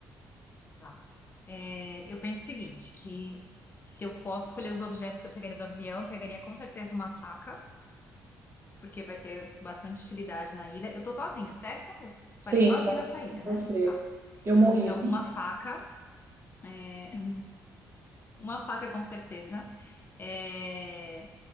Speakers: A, on the left (about 35°); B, on the right (about 40°).
A: Tá. É, eu penso o seguinte, que se eu posso escolher os objetos que eu pegaria do avião, eu pegaria com certeza uma faca, porque vai ter bastante utilidade na ilha. Eu tô sozinha, certo? Eu
B: Sim,
A: parei sozinha
B: então
A: nessa ilha, né?
B: você.
A: Tá.
B: Eu morri.
A: Então, uma faca, é, uma faca com certeza. É,